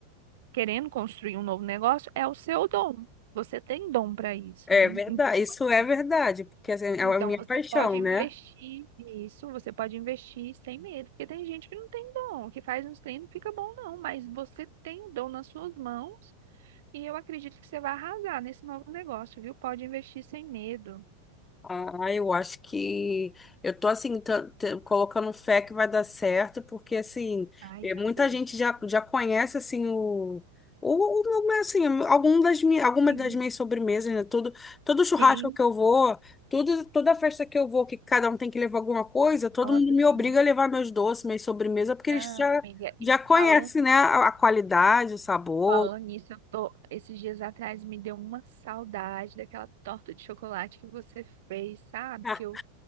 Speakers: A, on the right; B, on the left.
A: querendo construir um novo negócio é o seu dom. Você tem dom para isso,
B: É
A: né?
B: verdade,
A: Então,
B: isso
A: assim,
B: é verdade, porque assim, é
A: então
B: a minha
A: você
B: paixão,
A: pode investir
B: né?
A: nisso, você pode investir sem medo, porque tem gente que não tem dom, que faz uns treinos, não fica bom, não, mas você tem o dom nas suas mãos e eu acredito que você vai arrasar nesse novo negócio, viu? Pode investir sem medo.
B: Ah, eu acho que eu tô assim tan- tan- colocando fé que vai dar certo, porque assim,
A: Ai,
B: eh,
A: já
B: muita
A: deu.
B: gente já, já conhece assim o o, o meu- assim, algum das minhas, alguma
A: Sim,
B: das minhas sobremesas, né? Todo, todo churrasco
A: sim,
B: que eu vou, tudo, toda festa que eu vou, que cada um tem que levar alguma coisa, todo
A: nossa,
B: mundo me obriga
A: sim.
B: a levar meus doces, minhas sobremesas, porque
A: Ah,
B: eles já,
A: amiga,
B: já
A: e
B: conhecem,
A: fala,
B: né, a, a qualidade, o sabor.
A: falando
B: <laughs>
A: nisso, eu tô, esses dias atrás me deu uma saudade daquela torta de chocolate que você fez, sabe?
B: Ah,
A: Que eu,